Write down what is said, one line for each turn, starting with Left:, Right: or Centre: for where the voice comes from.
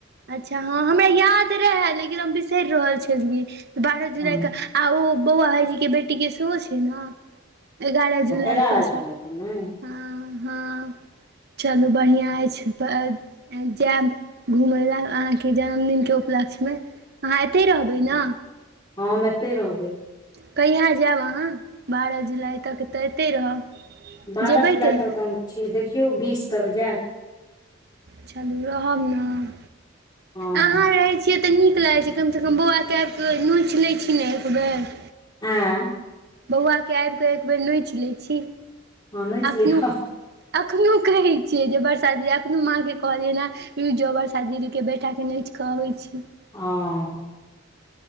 Right: अच्छा हँ हमरा याद रहए लेकिन हम बिसरि रहल छलियै बारह जुलाईके
Left: ह
Right: आ ओ बौआ भाईजी के बेटीके सेहो छै ने एगारह जुलाई
Left: एगारह
Right: कसाय
Left: जुलाई पर ने
Right: हँ हँ चलू बढ़िआँ अइछ ब जैब घुमय लए अहाँके जन्मदिनके उपलक्ष्यमे अहाँ एतै रहबै ने
Left: हँ एतै रहबै
Right: कहिया जैब अहाँ बारह जुलाइ तक तऽ अते रहब
Left: बारह
Right: जेबै
Left: जुलाई
Right: कहिया
Left: तक हम छीयै देखियौ बीस तक जायब
Right: चलू रहब ने
Left: हँ
Right: अहाँ रहय छियै तऽ नीक लागै छै कमसँ कम बौआ कै क नोच लै छी ने एकबर
Left: हँ
Right: बौआके आइब कऽ एक बेर नहि चलैत छी
Left: हँ नोचि
Right: एखनोहु
Left: लिय हँ
Right: अखनो कहय छियै जे बरसा दी अखनो माँ के कहलियै ने जोबर शादी के बेटाक के नोच केऽ अब छी
Left: हँ